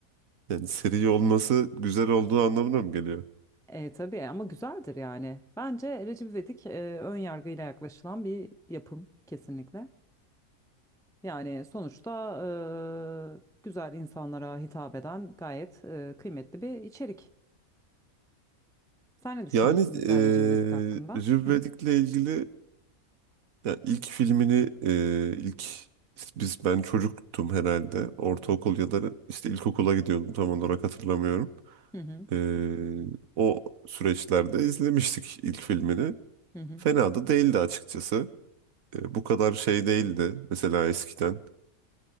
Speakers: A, on the right (about 70°); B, in the centre.
A: Yani seri olması güzel olduğu anlamına mı geliyor?
B: E, tabii ama güzeldir yani. Bence Recep İvedik e, ön yargıyla yaklaşılan bir yapım kesinlikle. Yani sonuçta e, güzel insanlara hitap eden gayet e, kıymetli bir içerik. Sen ne düşünüyorsun
A: Yani
B: mesela
A: e,
B: Recep İvedik hakkında?
A: Recep İvedik'le
B: Hı
A: ilgili yani ilk filmini e, ilk işte biz ben çocuktum herhalde. Ortaokul ya da işte ilkokula gidiyordum tam olarak hatırlamıyorum.
B: hı hı hı.
A: Ee, o süreçlerde izlemiştik ilk filmini.
B: hı
A: Fena da değildi açıkçası. Ee, bu kadar şey değildi mesela eskiden.